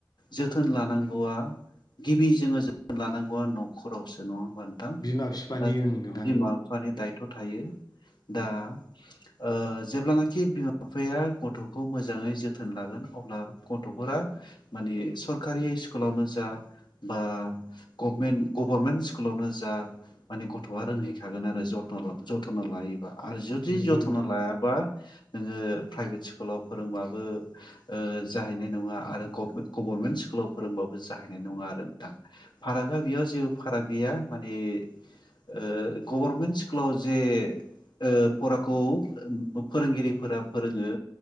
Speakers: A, on the left; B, on the left.
A: जोथोन लानांगौआ गिबि जोङो जोथोन लानांगौआ न'खरावसो नङा होमबा नोंथां!
B: बिमा बिफानि
A: ओ जों
B: ओं नोंथां
A: बिमा बिफानि दायथ' थायो दा ओ जेब्लाना खि बिमा बिफाया गथ'खौ मोजाङै जोथोन लागोन अब्ला गथ'फोरा मानि सरकारि स्कुलावनो जा बा गभमेन्ट गभर्मेन्ट स्कुलावनो जा माने गथ'आ रोंहैखागोन आरो जथ जथ्न' लायोबा। आरो जुदि
B: नोंगौ
A: जथ्न'
B: नोंथां
A: लायाबा नोङो प्राइभेट स्कुलाव फोरोंबाबो ओ जाहैनाय नङा आरो गभमे-गभारमेन्ट स्कुलाव फोरोंबाबो जाहैनाय नङा आरो नोंथां फारागा बेयाव जेबो फाराग गैया माने ओ गभार्मेन्ट स्कुलाव जे ओ फराखौ फोरोंगिरि फोरा फोरोङो